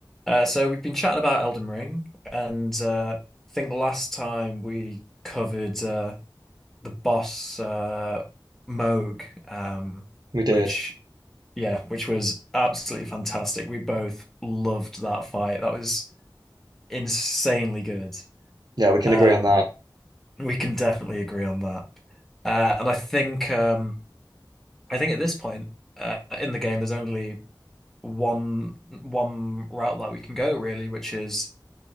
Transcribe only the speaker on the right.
We
did.
Yeah, we can
agree on that.